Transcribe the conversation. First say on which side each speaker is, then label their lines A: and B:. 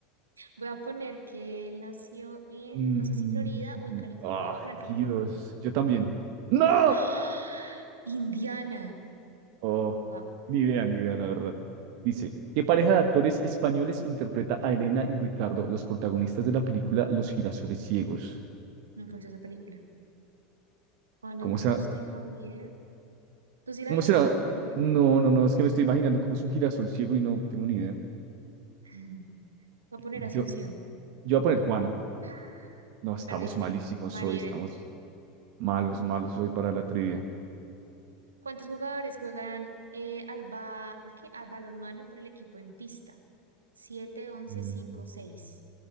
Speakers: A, on the right; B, on the right.
A: Voy a poner que él nació en,
B: Mm,
A: no sé si Florida o en California.
B: ah,
A: Voy a poner California.
B: Dios. Yo también. ¡No!
A: ¡Ah! Indiana.
B: Oh,
A: Wow,
B: ni idea, ni idea, la verdad. Dice, ¿qué pareja de actores españoles interpreta a Elena y Ricardo, los protagonistas de la película Los girasoles ciegos?
A: nunca he visto esa película. Juana
B: ¿Cómo
A: Costa
B: será?
A: y Javier. ¿Tú sí la
B: ¿Cómo
A: viste?
B: será?
A: Maribel.
B: No,
A: ¿verdad?
B: no, no, es que me estoy imaginando cómo es un girasol ciego y no tengo ni idea.
A: <laughs> Voy a poner
B: Yo,
A: Asunción.
B: yo voy a poner Juana.
A: ¡Ah!
B: No, estamos
A: Perdiste.
B: malísimos
A: Maribel.
B: hoy, estamos malos,
A: Ujú.
B: malos hoy para la trivia.
A: ¿Cuántos jugadores juegan eh, al, ba- al qué? al balonmano por el equipo en pista? siete once
B: Mm,
A: cinco seis